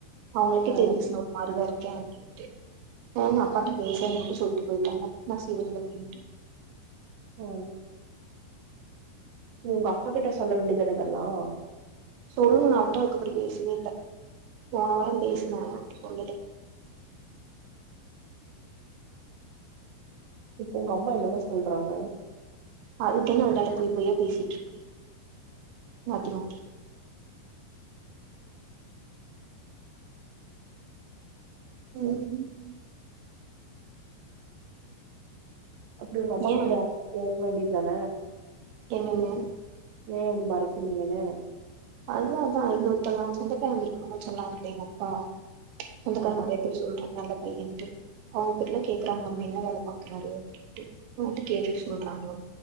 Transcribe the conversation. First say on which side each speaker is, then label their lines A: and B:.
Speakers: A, on the right; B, on the right.
A: அவங்களுக்கே
B: ஆ
A: தெரிஞ்சிச்சு நா ஒரு மாரிதா இருக்கேன் அப்டின் டு ஆமா அப்பாட்ட பேசேன் எனக்கு சொல்ட்டு போயிட்டாங்க நா சேரிங்க அப்டின்ட்டு
B: ம் நீ உங்க அக்கா கிட்ட சொல்ல வேண்டிதான இதெல்லாம்
A: சொல்லணும் நான் அத்த அக்குப்படி பேசவே இல்ல போன வாரம் பேசுனே அப் சொல்லல
B: இப்ப உங்க அம்மா என்னதான் சொல்றாங்க
A: அதுக்கென உள்ளால போய் போயா பேசிட்டு இருக்கு மாத்தி மாத்தி ம்
B: அப்டி உங்க அம்மாக்
A: ஏ
B: டெரக்டா கேக்க வேண்டிய தான
A: என்னென்னு
B: ஏ வந்து மறக்கிறீங்கன்னு
A: அதான் அதான் இங்க ஒருதங்க சொந்தக்காரங்க இருக்காங்கனு சொன்னாங்களே எங்க அப்பா சொந்தக்காரங்கட்ட
B: ஆமா
A: எப்டி சொல்ற நல்ல பையன்ட்டு அவங்க பெர்ல கேக்குறாங்க நம்ம என்ன வேலை பாக்குறாரு அப்படின்ட்டு அவங்கட்டு கேட்டுட்டு சொல்றாங்கள